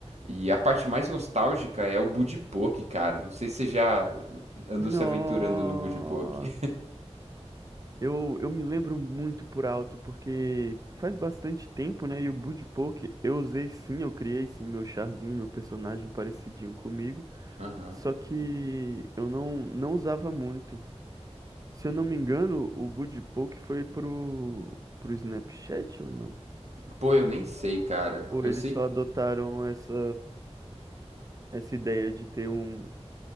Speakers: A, on the right (about 75°); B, on the right (about 30°).
A: e a parte mais nostálgica é o Budipoke, cara. Não sei se você já andou
B: Nossa.
A: se aventurando no Budipoke.
B: Eu, eu me lembro muito por alto, porque faz bastante tempo, né? E o Budipok eu usei sim, eu criei sim meu charzinho, meu personagem parecidinho comigo.
A: <laughs> Aham.
B: Só que eu não, não usava muito. Se eu não me engano, o Buddy Poke foi pro, pro Snapchat ou não?
A: Pô, eu nem sei, cara.
B: Ou
A: Eu
B: eles
A: sei.
B: só adotaram essa, essa ideia de ter um,